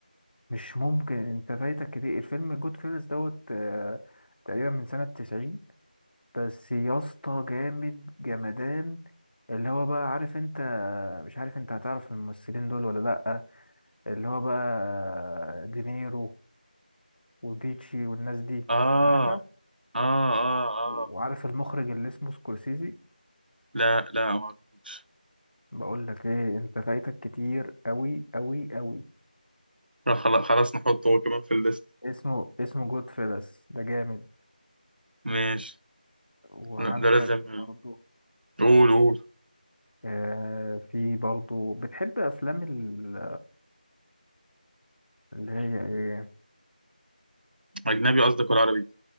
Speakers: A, on the left; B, on the right.
A: مش ممكن أنت فايتك كتير الفيلم جود فيلز دوت آه تقريبا من سنة 90 بس يا اسطى جامد جمدان اللي هو بقى عارف انت مش عارف انت هتعرف الممثلين دول ولا لأ اللي هو بقى دينيرو وبيتشي والناس دي
B: آه
A: عارفها
B: آه آه آه
A: و- وعارف المخرج اللي اسمه سكورسيزي
B: لا لا معرفوش
A: بقول لك ايه انت فايتك كتير قوي قوي قوي
B: لا خلاص خلاص نحطه هو كمان في الليست
A: اسمه اسمه جود فيلس ده جامد
B: ماشي
A: وعندك
B: لا، ده لازم
A: برضو
B: قول قول
A: آه في برضو بتحب افلام ال- اللي هي ايه
B: أجنبي قصدك ولا عربي